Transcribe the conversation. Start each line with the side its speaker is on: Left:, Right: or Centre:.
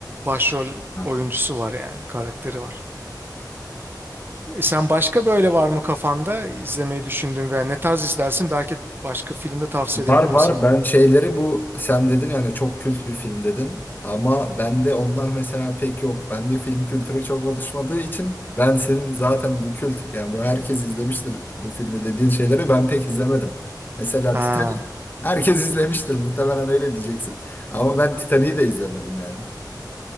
Right: başrol
Left: Ha.
Right: oyuncusu var yani karakteri var. E, sen başka böyle var mı kafanda izlemeyi düşündüğün veya ne tarz izlersin? Belki başka filmde tavsiye
Left: Var
Right: edebilirim
Left: var
Right: sana.
Left: ben şeyleri bu sen dedin yani çok kült bir film dedin ama bende onlar mesela pek yok. Bende film kültürü çok oluşmadığı için ben senin zaten bu kült yani bu herkes izlemiştir bu filmi dediğin şeyleri ben pek izlemedim. Mesela
Right: Ha,
Left: Titanic herkes izlemiştir muhtemelen öyle diyeceksin ama ben Titanic'i de izlemedim yani.